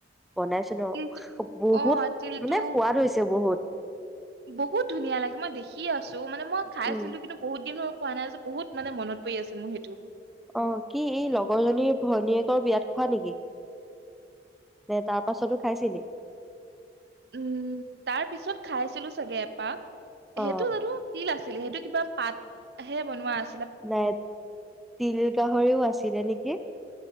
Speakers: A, in the centre; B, on the right.
A: বনাইছো। বহুত,
B: কিন্তু অ তিলটো
A: মানে সোৱাদ হৈছে বহুত।
B: বহুত ধুনীয়া লাগে। মই দেখিে আছো। মানে মই খাই
A: উম
B: আছিলো, কিন্তু বহুত দিন হ'ল পোৱা নাই যে। বহুত মানে মনত পৰি আছে মোৰ সেইটু
A: অ', কি এই লগৰজনীৰ ভনীয়ে তোৰ বিয়াত খোৱা নেকি? নে তাৰ পাছতো খাইছিলি?
B: উম। তাৰ পিছত খাইছিলো চাগে এপাক।
A: অ
B: সেইটু জানো, তিল আছিলে। সেইটো কিবা পাত হে বনোৱা আছ
A: নাই। তিল গাহৰিও আছিলে নেকি!